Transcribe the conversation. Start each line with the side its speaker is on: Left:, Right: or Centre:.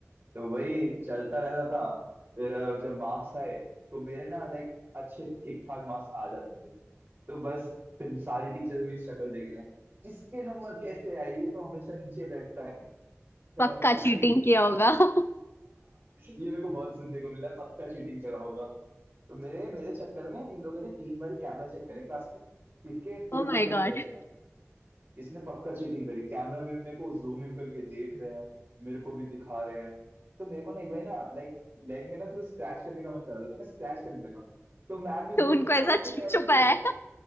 Right: तो वही चलता रहता था फिर अ, जब मार्क्स आए तो मेरे ना लाइक अच्छे ठीक ठाक मार्क्स आ जाते थे तो बस फिर सारी टीचर्स मेरी शक्ल देख रहे हैं इसके नंबर कैसे आए ये तो हमेशा नीचे बैठता है तो
Left: पक्का
Right: अब क्या
Left: चीटिंग
Right: ही बोला
Left: किया होगा <laughs>
Right: ये मेरे को बहुत सुनने को मिला है, पक्का चीटिंग करा होगा तो मेरे मेरे चक्कर में इन लोगों ने तीन बार कैमरा चेक करे क्लास के किसके फुल
Left: ओ
Right: नंबर
Left: माय गॉड
Right: कैसे हैं इसने पक्का चीटिंग करी कैमरा में मेरे को जूम इन करके देख रहे हैं मेरे को भी दिखा रहे हैं तो मेरे को ना एक बार ना लाइक लेग में ना थोड़ी स्क्रैच करने का मन कर रहा था तो मैं स्क्रैच करने लगा तो मैम ने
Left: तो
Right: बोल
Left: उनको
Right: के
Left: ऐसा
Right: मैम उसके
Left: छिप
Right: पैर में
Left: छुपाया
Right: फोन है
Left: है